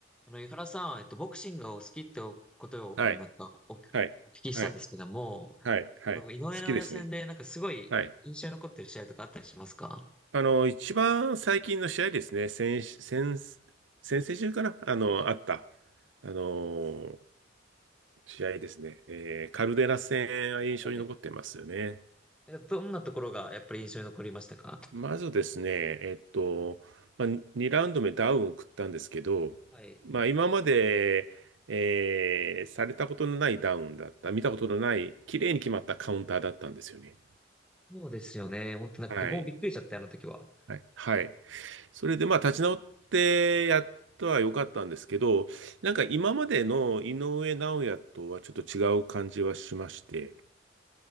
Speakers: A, in the centre; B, on the right.
A: あの、井原さん、えっと、ボクシングがお好きってことを、
B: はい、
A: あの、なんかお、お聞
B: はい、
A: きしたんですけども、
B: はい、はい、はい。
A: あの、井上尚弥戦で、
B: 好きですね。
A: なんかすごい印象に残ってる試合とかあったりしますか
B: はい。あの、一番最近の試合ですね。先、先、先々週かなあの、
A: はい。
B: あった、あの、試合ですね。えーカルデラ戦は印象に残ってますよね。
A: はいはいなんかどんなところがやっぱり印象に残りましたか
B: まずですね、えっと、まあ、2ラウンド目ダウンを食ったんですけど、
A: はい。
B: まあ、今まで、えーされたことのないダウンだった、見たことのない、綺麗に決まったカウンターだったんですよね。
A: そうですよね。本当なんか僕もびっくりしちゃった、
B: はい。
A: あの時は。
B: はい。はい。それでまあ立ち直ってやったは良かったんですけど、なんか今までの井上尚弥とはちょっと違う感じはしまして、